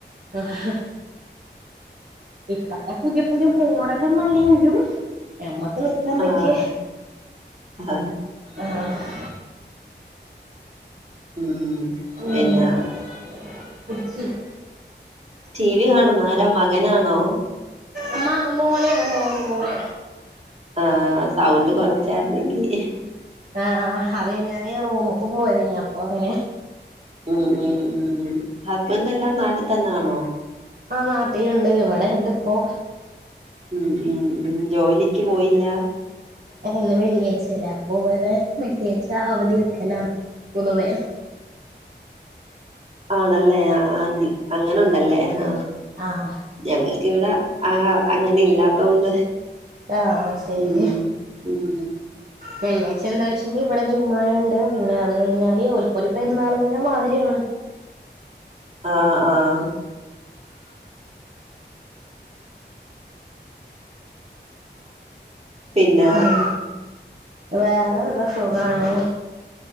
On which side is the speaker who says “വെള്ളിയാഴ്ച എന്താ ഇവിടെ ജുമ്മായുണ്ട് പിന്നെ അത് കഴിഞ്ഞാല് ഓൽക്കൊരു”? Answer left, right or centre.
Right